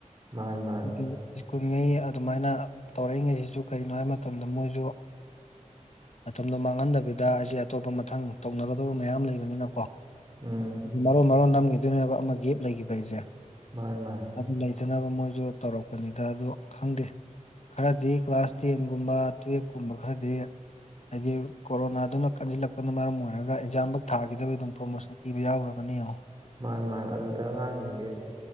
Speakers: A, on the right; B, on the left.
A: ꯃꯥꯅꯦ ꯃꯥꯅꯦ
B: ꯗꯨ ꯁ꯭ꯀꯨꯜꯉꯩ ꯑꯗꯨꯃꯥꯏꯅ ꯇꯧꯔꯛꯏ ꯉꯩꯗꯩꯖꯨ ꯀꯔꯤꯅꯣ ꯍꯥꯏꯕ ꯃꯇꯝꯗ ꯃꯣꯏꯖꯨ ꯃꯇꯝꯗꯣ ꯃꯥꯡꯍꯟꯗꯕꯤꯗ ꯑꯩꯁꯦ ꯑꯇꯣꯞꯄ ꯃꯊꯪ ꯇꯧꯅꯒꯗꯕ ꯃꯌꯥꯝ ꯂꯩꯕꯅꯤꯅ
A: ꯎꯝ
B: ꯃꯔꯣꯟ ꯃꯔꯣꯟ ꯅꯝꯒꯤꯗꯣꯏꯅꯦꯕ ꯑꯃ ꯒꯦꯞ ꯂꯩꯒꯤꯕ ꯍꯥꯏꯖꯦ
A: ꯃꯥꯅꯦ ꯃꯥꯥꯏ
B: ꯑꯗꯨ ꯂꯩꯇꯅꯕ ꯃꯣꯏꯖꯨ ꯇꯧꯔꯛꯄꯅꯤꯗ ꯑꯗꯨ ꯈꯪꯗꯦ ꯈꯔꯗꯤ ꯀ꯭ꯂꯥꯁ ꯇꯦꯟꯒꯨꯝꯕ ꯇꯨꯌꯦꯜꯕꯀꯨꯝꯕ ꯈꯔꯗꯤ ꯍꯥꯏꯗꯤ ꯀꯣꯔꯣꯅꯥꯗꯨꯅ ꯀꯟꯁꯤꯜꯂꯛꯄꯅ ꯃꯔꯝ ꯑꯣꯏꯔꯒ ꯑꯦꯛꯖꯥꯝ ꯕꯧ ꯊꯥꯈꯤꯗꯕ ꯑꯗꯨꯝ ꯄ꯭ꯔꯃꯣꯁꯟ ꯄꯤꯕ ꯌꯥꯎꯈ꯭ꯔꯕꯅꯦ ꯌꯦꯡꯉꯣ
A: ꯃꯥꯅꯤ ꯃꯥꯅꯦ ꯑꯗꯨꯗ ꯑꯉꯥꯡꯖꯤꯡꯖꯦ